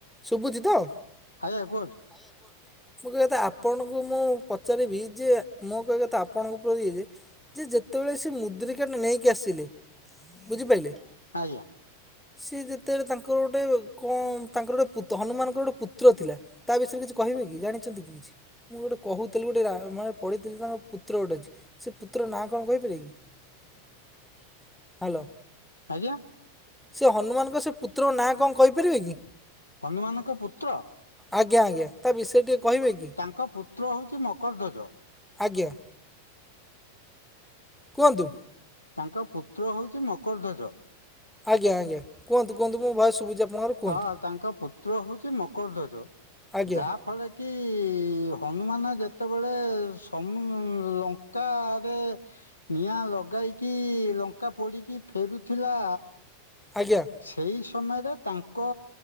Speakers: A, in the centre; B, on the left.
A: ଶୁଭୁଛି ତ
B: ଆଜ୍ଞା କୁହନ୍ତୁ
A: ଏଇଆ କହନ୍ତି ମୁଁ କହିବା କଥା ଆପଣଙ୍କୁ ମୁଁ ପଚାରିବି ଯେ ମୁଁ କହିବା କଥା ଆପଣଙ୍କ ଉପ ଯେ ଯେ ଯେତେବେଳେ ସେ ମୁଦ୍ରିକାଟା ନେଇକି ଆସିଲେ ବୁଝିପାରିଲେ
B: ଆଜ୍ଞା
A: ସିଏ ଯେତେବେଳେ ତାଙ୍କର ଗୋଟେ କଣ ତାଙ୍କର ଗୋଟେ ପୁତ ହନୁମାନ ତାଙ୍କର ଗୋଟେ ପୁତ୍ର ଥିଲା ତା ବିଷୟରେ କିଛି କହିବେ କି ଜାଣିଛନ୍ତି କି କିଛି ମୁଁ ଗୋଟେ କହୁଥିଲି ଗୋଟେ ମାନେ ପଢ଼ଥିଲି ତାଙ୍କ ପୁତ୍ର ଗୋଟେ ଅଛି ସେ ପୁତ୍ରର ନାଁ କଣ କହିପାରେ କି ହ୍ୟାଲୋ
B: ଆଜ୍ଞା
A: ସେ ହନୁମାନଙ୍କ ସେ ପୁତ୍ରଙ୍କ ନାଁ କଣ କହିପାରିବେ କି
B: ହନୁମାନଙ୍କ ପୁତ୍ର
A: ଆଜ୍ଞା ଆଜ୍ଞା ତା ବିଷୟରେ ଟିକେ କହିବେ କି
B: ତାଙ୍କ ତା ପୁତ୍ର ହେଉଛି ମକରଧ୍ୱଜ
A: ଆଜ୍ଞା କୁହନ୍ତୁ
B: ତାଙ୍କ ପୁତ୍ର ହଉଛି ମକର ଧ୍ୱଜ।
A: ଆଜ୍ଞା, ଆଜ୍ଞା, କୁହନ୍ତୁ, କୁହନ୍ତୁ ମୋ ଭଏସ୍ ଶୁଭୁଛି ଆପଣଙ୍କର। କୁହନ୍ତୁ
B: ହଁ ତାଙ୍କ ପୁତ୍ର ହଉଛି ମକର ଧ୍ୱଜ।
A: ଆଜ୍ଞା
B: ଯାହା ଫଳରେ କି ଇଏ ହନୁମାନ ଯେତେବେଳେ ସମୁନୁ ଲଙ୍କାରେ ନିଆଁ ଲଗାଇକି ଲଙ୍କା ପୋଡ଼ିକି ଫେରୁଥିଲା
A: ଆଜ୍ଞା।
B: ସେଇ ସମୟରେ ତାଙ୍କ